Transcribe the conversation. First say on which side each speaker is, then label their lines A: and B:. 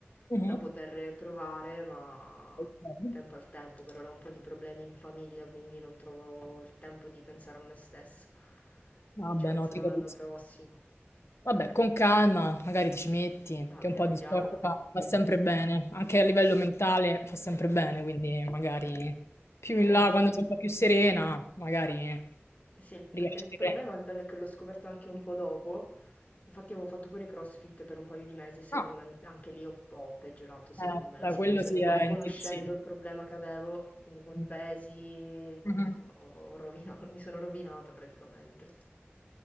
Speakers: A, on the left; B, on the left.
A: Mh-mh.
B: da poter provare, ma
A: Okay.
B: tempo al tempo, per ora ho un po' di problemi in famiglia, quindi non trovo il tempo di pensare a me stessa. Quindi
A: Vabbè,
B: ci penserò
A: no, ti
B: l'anno
A: capisco.
B: prossimo.
A: Vabbè, con calma, magari ti ci metti,
B: Ah,
A: che
B: piano
A: un po' di
B: piano.
A: sport fa fa sempre bene, anche a livello mentale fa sempre bene, quindi magari più
B: Eh
A: in là,
B: sì.
A: quando sei un po' più serena, magari
B: Sì, il
A: riesci
B: perché il
A: a riprendere.
B: problema, il bello è che l'ho scoperto anche un po' dopo. Infatti avevo fatto pure CrossFit per un paio di mesi e secondo
A: Ah,
B: me anche lì ho, ho peggiorato, secondo
A: eh,
B: me, la
A: beh,
B: situazione,
A: quello sì
B: non
A: è
B: conoscendo
A: intensivo.
B: il problema che avevo, quindi con
A: Mh.
B: i pesi
A: Mh-mh.
B: mh, ho rovinato- <laughs> mi sono rovinata praticamente.